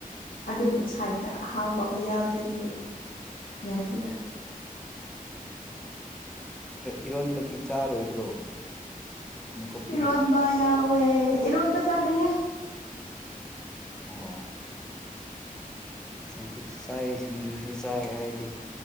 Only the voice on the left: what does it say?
ꯑꯗꯨꯕꯨ ꯁꯥꯏꯗ ꯇ ꯑꯍꯥꯎꯕ ꯑꯃ ꯌꯥꯎꯗ꯭ꯔꯗꯤ ꯌꯥꯥꯟꯇꯗ
ꯏꯔꯣꯟꯕꯥ ꯌꯥꯎ ꯇꯦ ꯏꯔꯣꯟꯕ ꯆꯥꯗꯦꯍꯦ